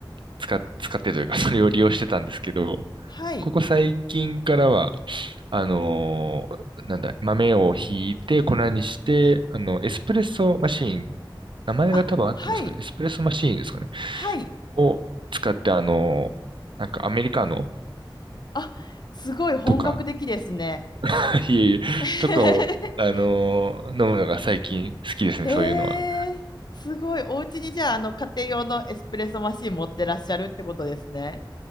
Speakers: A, on the right; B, on the left.
A: 使っ、使ってというか、<laughs> それを利用してたんですけど、
B: はい。
A: ここ最近からは、あのーなんだ、豆をひいて粉にして、あの、エスプレッソマシーン、名前が多分合ってますかね、
B: あ、はい。
A: エスプレッソマシーンですかね、
B: はい。
A: を使って、あのーなんかアメリカの
B: あ、すごい本格的ですね。
A: とか、<laughs> いえいえ、
B: <laughs>
A: とかを、あのー飲むのが最近好きですね、
B: え
A: そういうのは。
B: ーすごい。お家にじゃあ、あの、家庭用のエスプレッソマシン持ってらっしゃるってことですね。